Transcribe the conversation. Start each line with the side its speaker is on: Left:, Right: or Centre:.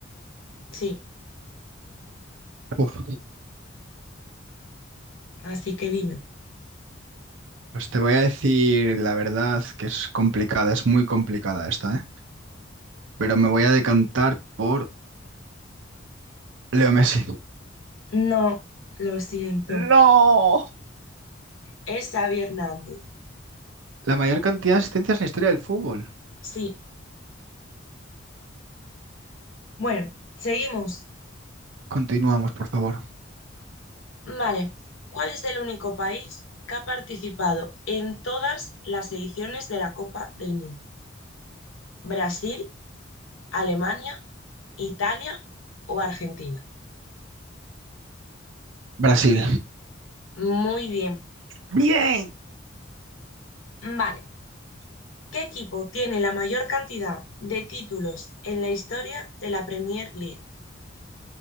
Left: Sí,
Right: Uf.
Left: así que dime.
Right: Pues te voy a decir la verdad que es complicada, es muy complicada esta, ¿eh? Pero me voy a decantar por Leo Messi.
Left: No, lo siento.
Right: No.
Left: Es Xavi Hernández.
Right: La mayor cantidad de asistencias en la historia del fútbol.
Left: Sí. Bueno, seguimos.
Right: Continuamos, por favor.
Left: Vale. ¿Cuál es el único país que ha participado en todas las ediciones de la Copa del Mundo? ¿Brasil, Alemania, Italia o Argentina?
Right: Brasil.
Left: Muy bien.
Right: Bien.
Left: Vale. ¿Qué equipo tiene la mayor cantidad de títulos en la historia de la Premier League?